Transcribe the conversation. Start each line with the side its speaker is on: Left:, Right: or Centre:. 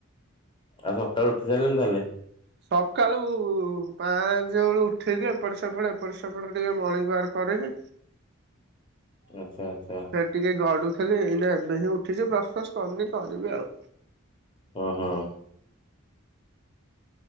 Left: ଆଉ ସକାଳୁ ଉଠି ସାରିଲେଣି ତାହେଲେ?
Right: ସକାଳୁ ଉ ପାଞ୍ଚ ବେଳୁ ଉଠେକି ଏପଟେ ସେପଟେ ଏପଟେ ସେପଟେ ଟିକେ ମର୍ଣିଙ୍ଗ ୱାର୍କ କରିକି
Left: ଆଛା ଆଛା।
Right: ଟିକେ ଗଡୁଥିଲି ଏଇ ଏବେ ହିଁ ଉଠିଛି ବ୍ରସ୍ ଫ୍ରସ୍ କରିନି କରିବି ଆଉ।
Left: ହଁ ହଁ।